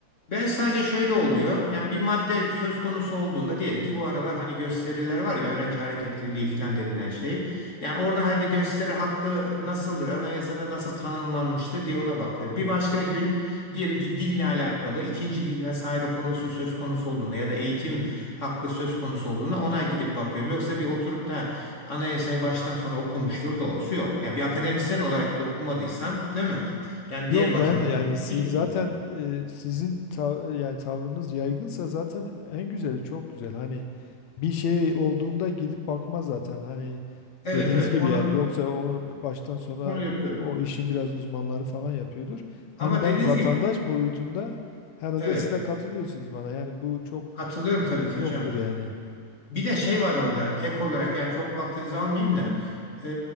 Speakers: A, on the left (about 25°); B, on the left (about 70°).
A: Ben sadece şöyle oluyor. Yani bir madde söz konusu olduğunda diyelim ki bu aralar hani gösteriler var ya öğrenci hareketliliği filan denilen şey. Yani orada hadi gösteri hakkı nasıldır, anayasada nasıl tanımlanmıştır diye ona bakıyorum. Bir başka gün diyelim ki dille alakalı ikinci dil vesaire konusu söz konusu olduğunda ya da eğitim hakkı söz konusu olduğunda ona gidip bakıyorum. Yoksa bir oturup da anayasayı baştan sona okumuşluğum doğrusu yok. Yani bir akademisyen olarak bile okumadıysam değil mi? Yani
B: Yok
A: diğer vatandaş
B: ben yani si-
A: hiç okumuyorum.
B: zaten e, sizin ta- yani tavrınız yaygınsa zaten en güzeli çok güzel. Hani bir şey olduğunda gidip bakma zaten. Hani
A: Evet
B: dediğiniz
A: evet
B: gibi
A: onu
B: yani yoksa onu baştan sona
A: Onu yapıyorum.
B: o işin biraz uzmanları falan yapıyordur. Hani
A: Ama
B: ben
A: dediğiniz
B: vatandaş
A: gibi
B: boyutunda herhalde
A: evet
B: siz de katılıyorsunuz bana. Yani bu çok
A: katılıyorum tabii ki
B: yoktur
A: hocam.
B: yani.
A: Bir de şey var orada ek olarak yani çok vaktinizi almayayım da e,